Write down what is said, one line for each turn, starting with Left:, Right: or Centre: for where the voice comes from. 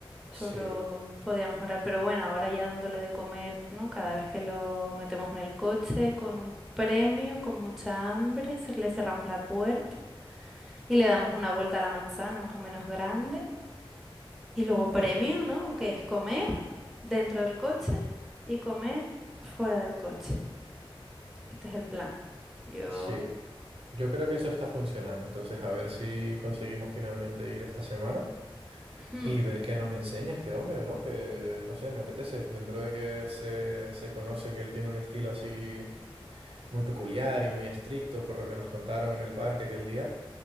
Right: Sí,
Centre: Solo podía mejorar. Pero bueno, ahora ya dándole de comer, ¿no? Cada vez que lo metemos en el coche con un premio, con mucha hambre, se- le cerramos la puerta. y le damos una vuelta a la manzana más o menos grande. Y luego premio, ¿no? Que es comer dentro del coche y comer fuera del coche. Este es el plan. Yo...
Right: sí. Yo creo que eso está funcionando. Entonces, a ver si conseguimos finalmente ir esta semana
Centre: <clears throat>
Right: y ver qué nos enseña este hombre, ¿no? Que, no sé, me apetece. Dentro de que se, se conoce que él tiene un estilo así muy peculiar y muy estricto por lo que nos contaron en el parque aquel día.